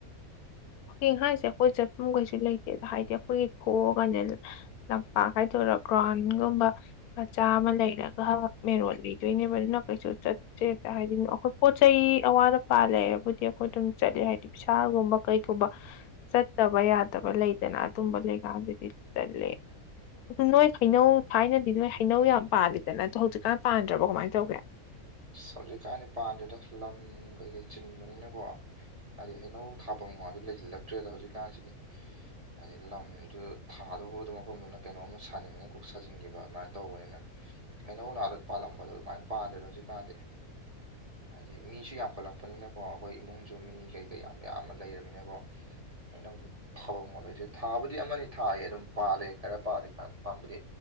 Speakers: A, on the left (about 80°); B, on the right (about 25°).
A: ꯍꯤꯡ ꯍꯥꯏꯁꯦ ꯑꯩꯈꯣꯏ ꯆꯠꯄ ꯀꯩꯁꯨ ꯂꯩꯇꯦꯗ ꯍꯥꯏꯗꯤ ꯑꯩꯈꯣꯏꯒꯤꯈꯣꯛꯑꯒꯅꯦ ꯂꯝꯄꯥꯛ ꯀꯥꯏꯗꯧꯔꯦ ꯒ꯭ꯔꯥꯎꯟꯒꯨꯝꯕ ꯃꯆꯥ ꯑꯃ ꯂꯩꯔꯒ ꯃꯦꯔꯣꯣꯟ ꯂꯤꯗꯣꯏꯅꯦꯕ ꯑꯗꯨꯅ ꯀꯩꯁꯨ ꯆꯠ ꯍꯥꯏꯗꯤ ꯑꯩꯈꯣꯏ ꯄꯣꯠ ꯆꯩ ꯑꯋꯥꯗ ꯄꯥꯂꯦꯔꯕꯨꯗꯤ ꯑꯩꯈꯣꯏ ꯑꯗꯨꯝ ꯆꯠꯂꯦ ꯍꯥꯏꯗꯤ ꯄꯥꯒꯨꯝꯕ ꯀꯩꯒꯨꯝꯕ ꯆꯠꯇꯕ ꯌꯥꯗꯕ ꯂꯩꯗꯅ ꯑꯗꯨꯝꯕ ꯂꯩꯀꯥꯗꯨꯗꯤ ꯆꯂꯦ ꯑꯗꯨ ꯅꯣꯏ ꯍꯩꯅꯧ ꯊꯥꯏꯅꯗꯤ ꯅꯣꯏ ꯍꯩꯅꯧ ꯌꯥꯝ ꯄꯥꯜꯂꯤꯗꯅ ꯑꯗꯣ ꯍꯧꯖꯤꯛꯀꯥꯟ ꯄꯥꯟꯗ꯭ꯔꯕꯣ ꯀꯃꯥꯏꯅ ꯇꯧꯒꯦ <unintelligible>
B: ꯁꯖꯤꯛꯀꯥꯟꯗꯤ ꯄꯥꯟꯗ꯭ꯔꯦꯗ ꯂꯝ ꯀꯩꯀꯩ ꯆꯤꯟꯕꯅꯤꯅꯀꯣ ꯍꯥꯏꯗꯤ ꯍꯩꯅꯧ ꯊꯥꯄ ꯃꯥꯡꯗ ꯂꯩꯁꯤꯜꯂꯛꯇ꯭ꯔꯦꯗ ꯍꯧꯖꯤꯛꯀꯥꯟꯁꯤꯗꯤ ꯍꯥꯏꯗꯤ ꯂꯝꯗꯨ ꯊꯥꯗꯧꯕꯗ ꯃꯐꯝꯗꯨꯅ ꯀꯩꯅꯣꯝ ꯁꯥꯅꯤꯡꯉꯥꯏ ꯀꯣꯛ ꯁꯥꯖꯤꯟꯈꯤꯕ ꯑꯗꯨꯃꯥꯏꯅ ꯇꯧꯕꯅꯤꯅ ꯑꯩꯅꯧ ꯅꯥꯗꯛ ꯄꯥꯜꯂꯝꯕꯗꯣ ꯑꯗꯨꯃꯥꯏꯅ ꯄꯥꯟꯗ꯭ꯔꯗꯣ ꯍꯧꯖꯤꯛ ꯄꯥꯟꯗꯦ
A: <unintelligible>
B: ꯍꯥꯏꯗꯤ ꯃꯤꯁꯨ ꯌꯥꯝꯈꯠꯂꯛꯄꯅꯤꯅꯀꯣ ꯑꯩꯈꯣꯏ ꯏꯃꯨꯡꯁꯨ ꯃꯤ ꯀꯩꯀꯩ ꯌꯥꯝ ꯌꯥꯝ ꯑꯃ ꯂꯩꯔꯕꯃꯤꯅꯀꯣ ꯍꯩꯅꯧꯗ ꯊꯥꯕ ꯃꯨ ꯂꯩꯗ꯭ꯔꯦ ꯊꯥꯕꯨꯗꯤ ꯑꯃꯅꯤ ꯊꯥꯏ ꯑꯗꯨꯝ ꯄꯥꯜꯂꯦ ꯈꯔ ꯄꯥꯜꯂꯦ ꯀꯅ ꯄꯥꯝꯕꯗꯤ